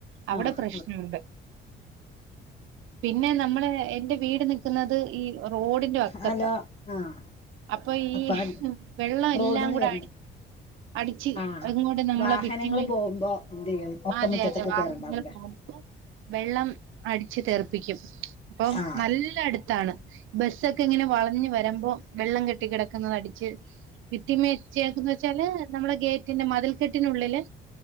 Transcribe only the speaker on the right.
അവിടെ
പ്രശ്നുണ്ട് പിന്നെ നമ്മള് എന്റെ വീട്ന്ന് ക്കുന്നത് ഈ റോഡിന്റെ വക്കത്താ
അപ്പൊ ഈ
വെള്ളം എല്ലാം
കൂടെ
അടിച്ച്
അതങ്ങോട്ട നമ്മളെ
പിറ്റിമ്മേ
അതെ
അതെ വാഹനങ്ങൾ
പോണപ്പോ വെള്ളം അടിച്ച് തെർപ്പിക്കും അപ്പൊ
നല്ല അടുത്താണ് ബസ്സൊക്കെ ഇങ്ങനെ വളഞ്ഞഞ് വരുമ്പോ വെള്ളം കെട്ടി കിടക്കുന്നത് അടച്ച് ഭിത്തിമേ ചക്കന്ന് വെച്ചാല് നമ്മളെ ഗേറ്റിന്റെ മതിൽക്കെട്ടിനുള്ളിലെ